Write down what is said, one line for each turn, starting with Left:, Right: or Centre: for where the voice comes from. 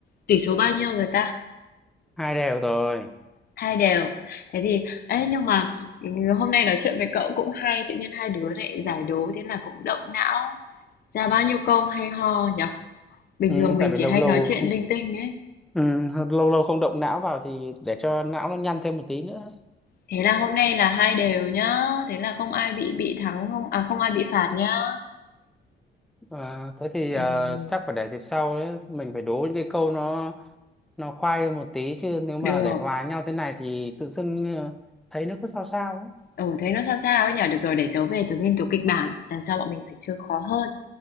Left: tỷ số bao nhiêu rồi ta?
Centre: hai đều rồi
Left: Hai đều. Thế thì, ê, nhưng mà ừ, hôm nay nói chuyện với cậu cũng hay. Tự nhiên hai đứa lại giải đố, thế là cũng động não. Ra bao nhiêu câu hay ho nhở? Bình
Centre: ừ,
Left: thường mình
Centre: tại vì
Left: chỉ
Centre: lâu
Left: hay
Centre: lâu
Left: nói chuyện
Centre: không
Left: linh tinh ấy.
Centre: ừ, lâu lâu không động não vào thì để cho não nó nhăn thêm một tí nữa
Left: Thế là hôm nay là hai đều nhá. Thế là không ai bị bị thắng không à không ai bị phạt nhá.
Centre: À, thế thì à,
Left: Ừm,
Centre: chắc phải để dịp sau ấy. Mình phải đố những cái câu nó nó khoai hơn một tí chứ nếu mà
Left: được.
Centre: để hòa nhau thế này thì tự dưng ờ, thấy nó cứ sao sao ấy.
Left: Ừ thấy nó sao sao ấy nhở Được rồi để tớ về tớ nghiên cứu kịch bản. Lần sau bọn mình phải chơi khó hơn.